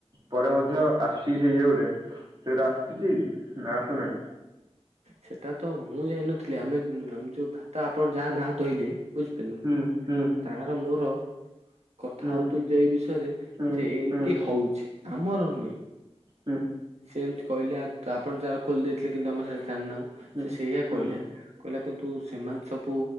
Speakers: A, on the right; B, on the right.
A: ପରେ ମଧ୍ୟ ଆସିଛି ସେଇ ଇଏ ଗୋଟେ ସେଟା ଆସୁଛି ନା ଆସୁନାହିଁ?
B: ସେଟା ତ ମୁଁ ଯାଇନଥିଲି ଆମେ ଯୋଉ ଭାତ ଆପଣ ଯାହା ନା ଧୋଇଲି ବୁଝିପିଲ
A: ହୁଁ ହୁଁ
B: ତାର ମୋର କଥା
A: ହୁଁ
B: ହଉଥିଲ ଯେ ଏଇ ବିଷୟରେ
A: ହୁଁ
B: ସେ ଏମତି
A: ହୁଁ ହୁଁ
B: ହଉଛି ଆମର ନୁହେଁ
A: ହୁଁ।
B: ସେ ଏମିତି କହିଲା ଆପଣ ଯାହାର ଖୋଲି ଦେଇଥିଲେ କିନ୍ତୁ ଆମେ ସେଟା ଜାଣିନାହୁଁ
A: ହୁଁ
B: ସେଇଆ କହିଲା
A: ହୁଁ
B: କହିଲା କିନ୍ତୁ କି ସେମାନେ ସବୁ